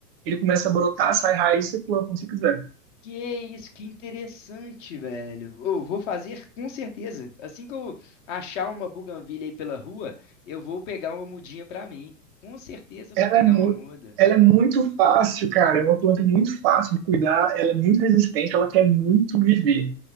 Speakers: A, on the right; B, on the left.
A: Ele começa a brotar, sai raiz, você planta como você quiser.
B: Que isso, que interessante, velho. Eu vou fazer com certeza. Assim que eu achar uma buganvília aí pela rua, eu vou pegar uma mudinha pra mim. Com certeza eu
A: Ela
B: vou pegar
A: é, mu
B: uma muda.
A: ela é muito fácil, cara. É uma planta muito fácil de cuidar. Ela é muito resistente. Ela quer muito viver.